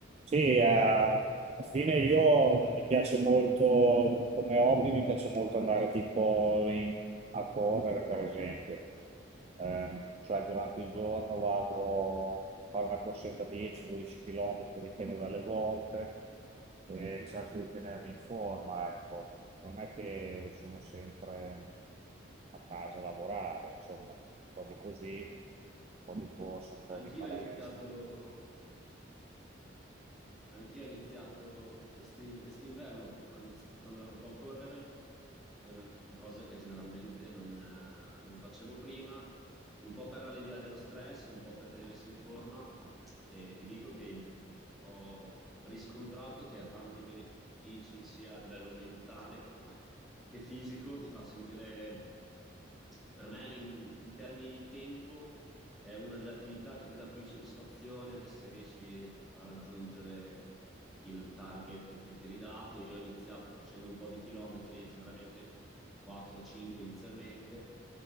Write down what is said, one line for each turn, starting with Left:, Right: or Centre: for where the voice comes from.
Right: Sì, eh, alla fine io mi piace molto, come hobby, mi piace molto andare tipo in- a correre, per esempio. Ehm, cioè durante il giorno vado a fare una corsetta 10-12 km, dipende dalle volte, e cerco di tenermi in forma, ecco. Non è che sono sempre a casa a lavorare, insomma, un po' di così, un po' di corso, un po'
Centre: Anch'io
Right: di palestra.
Centre: ho iniziato, anch'io ho iniziato questi- quest'inverno, ho iniziato ad andare un po' a correre, che è una cosa che generalmente non, eh, non facevo prima, un po' per alleviare lo stress, un po' per tenersi in forma e ti dico che ho riscontrato che ha tanti benefici sia a livello mentale che fisico, ti fa sentire, per me in in termini di tempo è una delle attività che ti dà più soddisfazione se riesci a raggiungere il target che ti eri dato. Io ho iniziato facendo un po' di chilometri, generalmente 4-5 inizialmente,